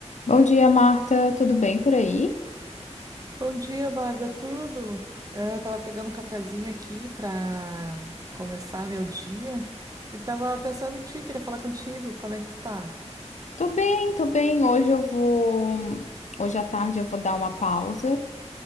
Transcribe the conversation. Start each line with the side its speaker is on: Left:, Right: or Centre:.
Left: Bom dia, Marta. Tudo bem por aí?
Right: Bom dia, Bárbara. Tudo? Ah, tava pegando um cafezinho aqui para começar meu dia e tava pensando em ti, queria falar contigo. Como é que tu tá?
Left: Tô bem, tô bem. Hoje eu vou. Hoje à tarde eu vou dar uma pausa